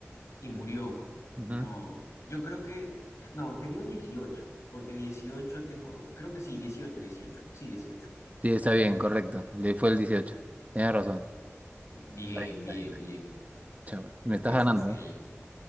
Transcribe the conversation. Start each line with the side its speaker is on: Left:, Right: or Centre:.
Left: y murió.
Right: Ujú.
Left: No, yo creo que... No, sería dieciocho porque dieciocho tengo... Creo que sí, dieciocho dieciocho Sí, dieciocho
Right: Sí, está bien, correcto. Le fue el 18. Tienes razón.
Left: Bien,
Right: Está bien, está
Left: bien,
Right: bien, está
Left: bien.
Right: bien. Chapa, me
Left: Me
Right: estás
Left: parece
Right: ganando,
Left: excelente.
Right: ¿eh?